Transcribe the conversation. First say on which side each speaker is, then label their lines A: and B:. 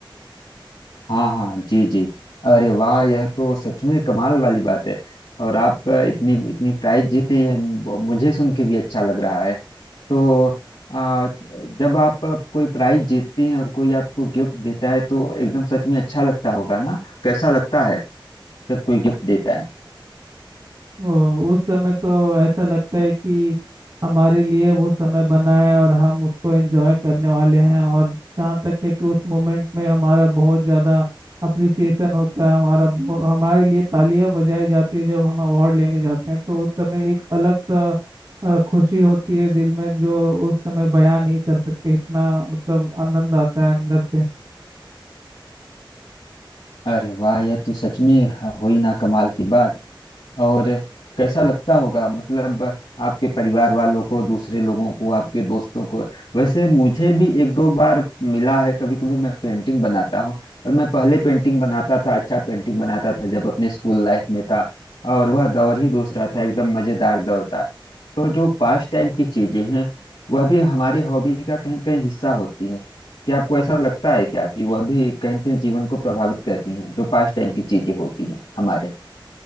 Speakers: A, on the left (about 80°); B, on the right (about 45°).
A: हाँ हाँ जी जी अरे वाह यह तो सच में कमाल वाली बात है और आप अ, इतनी इतनी प्राइज जीते यह मुझे सुन के भी अच्छा लग रहा है तो आ, जब आप कोई प्राइज जीतती हैं और कोई आपको गिफ्ट देता है तो एकदम सच में अच्छा लगता होगा ना कैसा लगता है जब कोई गिफ्ट देता है
B: वो- उस समय तो ऐसा लगता है कि हमारे लिए वो समय बना है और हम उसको एंजॉय करने वाले हैं और जहाँ तक है कि उस मोमेंट में हमारा बहुत ज़्यादा अप्रिसिएशन होता है हमारा बहु- हमारे लिए तालियां बजाई जाती है जब हम अवार्ड लेने जाते हैं तो उस समय एक अलग सा अ, खुशी होती है दिल में जो उस समय बयां नहीं कर सकते इतना मतलब आनंद आता है अंदर से
A: अरे वाह यह तो सच में हो ही ना कमाल की बात और कैसा लगता होगा मतलब आपके परिवार वालों को दूसरे लोगों को आपके दोस्तों को वैसे मुझे भी एक दो बार मिला है कभी कभी मैं पेंटिंग बनाता हूँ और मैं पहले पेंटिंग बनाता था अच्छा पेंटिंग बनाता था जब अपने स्कूल लाइफ में था और वह दौर ही दूसरा था एकदम मजेदार दौर था तो जो पास टाइम की चीजें हैं वह भी हमारी हॉबी का कहीं न कहीं हिस्सा होती है क्या आपको ऐसा लगता है क्या कि वह भी कहीं न कहीं जीवन को प्रभावित करती हैं जो पास टाइम की चीजें होती हैं हमारे